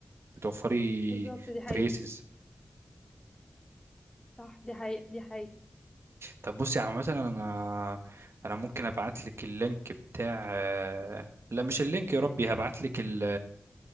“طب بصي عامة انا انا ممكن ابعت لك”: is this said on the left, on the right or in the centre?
Right